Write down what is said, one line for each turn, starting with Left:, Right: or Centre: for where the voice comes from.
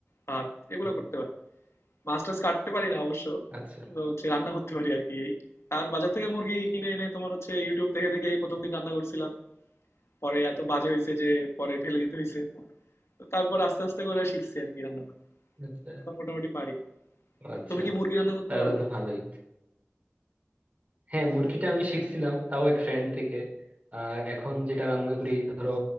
Left: ভাত এগুলো
Right: হুম,
Left: করতে পারি মাছ টাছ কাটতে পারি না অবশ্য
Right: আচ্ছা
Left: তো হচ্ছে রান্না করতে পারি আর কি এই আর বাজার থেকে মুরগি কিনে এনে তোমার হচ্ছে ইউটিউব দেখে দেখে প্রথম দিন রান্না করছিলাম পরে এত বাজে হয়েছে যে পরে ফেলে দিতে হয়েছে তো তারপর আস্তে আস্তে করে শিখছি আর কি রান্না বান্না
Right: আচ্ছা
Left: এখন মোটামুটি পারি
Right: ও আচ্ছা
Left: তুমি কি মুরগি রান্না করতে
Right: তাহলে
Left: পারো
Right: তো ভালোই হ্যাঁ মুরগিটা আমি শিখছিলাম তাও এক ফ্রেন্ড থেকে আহ এখন যেটা রান্না করি ধরো